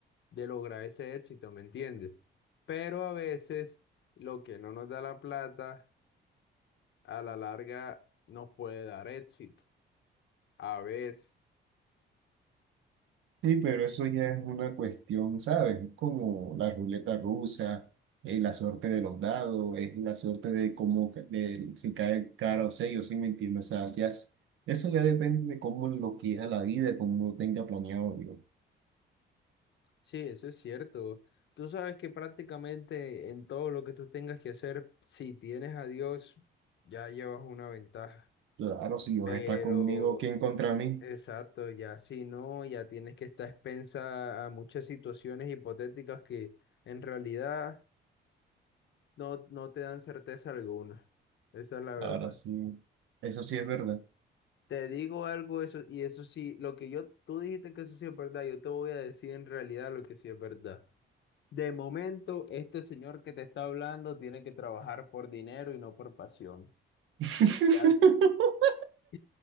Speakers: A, on the left; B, on the right.
A: de lograr ese éxito, ¿me entiendes? Pero a veces lo que no nos da la plata, a la larga nos puede dar éxito. A veces.
B: Sí, pero eso ya es una cuestión, ¿sabes? Como la ruleta rusa, eh, la suerte de los dados, es la suerte de cómo, ca- de si cae cara o sello, ¿sí me entiendes? O sea, si has- eso ya depende de cómo lo quiera la vida, cómo lo tenga planeado Dios.
A: Sí, eso es cierto. Tú sabes que prácticamente en todo lo que tú tengas que hacer, si tienes a Dios, ya llevas una ventaja.
B: Claro, si Dios
A: Pero,
B: está conmigo, ¿quién contra mí?
A: exacto, ya si no, ya tienes que estar expensa a muchas situaciones hipotéticas que en realidad no, no te dan certeza alguna. Esa es la
B: Claro,
A: verdad.
B: sí. Eso sí es verdad.
A: Te digo algo, eso, y eso sí, lo que yo, tú dijiste que eso sí es verdad, yo te voy a decir en realidad lo que sí es verdad. De momento, este señor que te está hablando tiene que trabajar por dinero y no por pasión.
B: <laughs>
A: Y ya, es- <laughs>